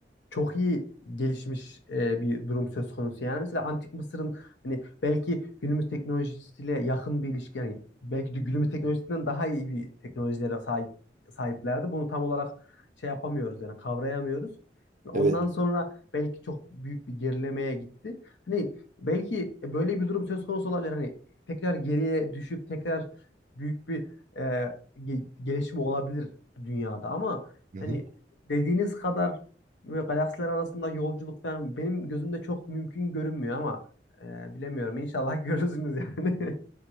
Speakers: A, on the left (about 85°); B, on the right (about 45°).
A: çok iyi gelişmiş e, bir durum söz konusu. Yani mesela Antik Mısır'ın hani belki günümüz teknolojisiyle yakın bir ilişki yani belki de günümüz teknolojisinden daha iyi bir teknolojilere sahip sahiplerdi. Bunu tam olarak şey yapamıyoruz yani kavrayamıyoruz. Ondan
B: Evet.
A: sonra belki çok büyük bir gerilemeye gitti. Hani belki e, böyle bir durum söz konusu olabilir. Hani tekrar geriye düşüp tekrar büyük bir e, ge- gelişme olabilir dünyada ama
B: Hı hı.
A: hani dediğiniz kadar Böyle galaksiler arasında yolculuk falan benim gözümde çok mümkün görünmüyor ama e, bilemiyorum. İnşallah görürsünüz yani. <laughs>